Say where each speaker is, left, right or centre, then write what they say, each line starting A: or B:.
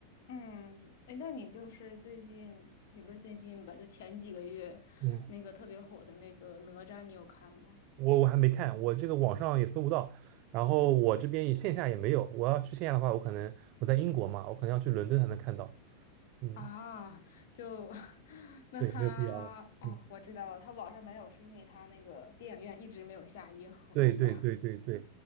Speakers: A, on the left; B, on the right.
A: 嗯，哎，那你就是最近也不是最近吧，就前几个月那个特别火的那个哪吒，
B: 嗯，
A: 你有看吗？
B: 我我还没看，我这个网上也搜不到，然后我这边也线下也没有。我要去线下的话，我可能我在英国嘛，我可能要去伦敦才能看到。嗯。
A: 啊，就 <laughs> 那他哦，
B: 对，没有必要了嗯，
A: 我知道了，他网上没有，是因为他那个电影院一直没有下映，我记得。
B: 对对对对对，